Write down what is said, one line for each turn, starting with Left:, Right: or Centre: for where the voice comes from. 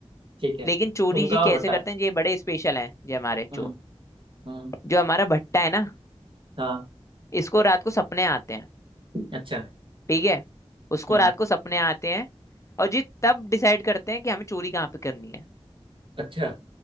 Right: ठीक है
Left: लेकिन चोरी
Right: ठुमका
Left: जी
Right: और
Left: कैसे
Right: भट्टा
Left: करते हैं ये बड़े स्पेशल हैं ये हमारे
Right: हम्म
Left: चोर
Right: हम्म,
Left: जो हमारा भट्टा है ना
Right: हाँ
Left: इसको रात को सपने आते हैं
Right: अच्छा
Left: ठीक है उसको
Right: हम्म
Left: रात को सपने आते हैं और जी तब डिसाइड करते हैं कि हमें चोरी कहाँ पे करनी है
Right: अच्छा